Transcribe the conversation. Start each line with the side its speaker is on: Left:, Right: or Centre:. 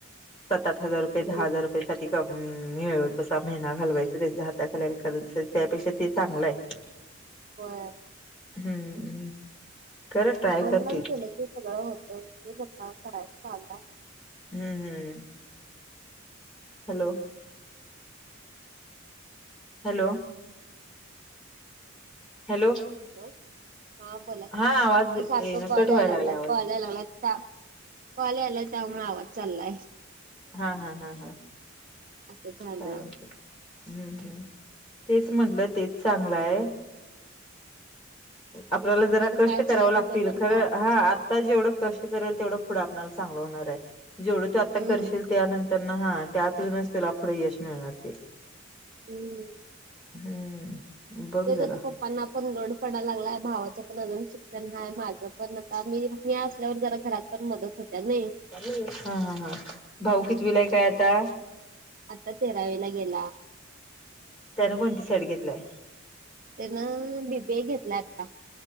Left: सात आठ हजार रुपये
Right: हम्म
Left: दहा हजार रुपये े मिळवत बसा महीना घालवायच त्यांच्या हाताखाली आणि करत बसायचं त्यापेक्षा ते चांगलं आहे.
Right: होय.
Left: हम्म. खरं ट्राय
Right: म्हणलावून
Left: करतील
Right: केलं की सगळं होतं तेच आता करायचं चाल्याय.
Left: हम्म हम् हम. हॅलो. हॅलो. हॅलो.
Right: हॅलो हा बोला
Left: हा
Right: ते
Left: आवाज येईना
Right: सारखं कॉल
Left: कट व्हायला
Right: याय लागलाय
Left: आवाज
Right: कॉलय लागलाय. का कॉल यालाय त्यामुळे आवाज चाललाय.
Left: हा हा हा हा.
Right: असं झालं
Left: चालतय. हम्म हम् तेच म्हटलं तेच चांगलंय आपल्याला
Right: हम्म मग
Left: जरा
Right: आता
Left: कष्ट
Right: काय
Left: करावं
Right: करायचं
Left: लागतील
Right: ते पण
Left: खरं
Right: कळ
Left: हा आता जेवढं कष्ट करेल तेवढं पुढं आपल्याला चांगलं होणार आहे जेवढं तू आता
Right: हम्म
Left: करशील त्यानंतर ना हा त्यातूनच त्याला पुढे यश मिळणार ते.
Right: हम्म.
Left: हम्म. बघ
Right: ते
Left: जरा
Right: जसं पपांना पण लोड पणा लागला आहे भावाच पण अजून शिक्षण आहे माझं पण आता मी मी असल्यावर जरा घरात पण मदत होत्या नाही.
Left: ॅ हा हा हा भाऊ कितीवीलाय काय आता.
Right: आता तेरावेला गेला.
Left: त्याने कोणती साईड घेतलाय?
Right: त्यान बी, बी, ए घेतला आता.